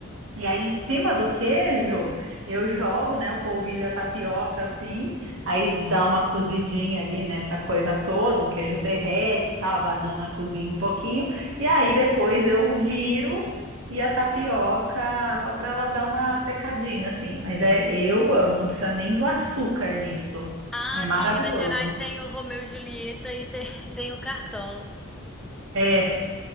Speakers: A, on the right; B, in the centre.
A: E aí, em cima do queijo, eu jogo, né, o polvilho, a tapioca, assim, aí dá uma cozidinha ali nessa coisa toda, o queijo derrete, e tal, a banana cozinha um pouquinho, e aí depois eu viro e a tapioca, só para ela dar uma secadinha, assim. Mas é, eu amo, não precisa nem do açúcar nisso.
B: Ah,
A: É
B: aqui
A: maravilhoso.
B: em Minas Gerais tem o Romeu e Julieta e tem, <laughs> tem o Cartola.
A: É,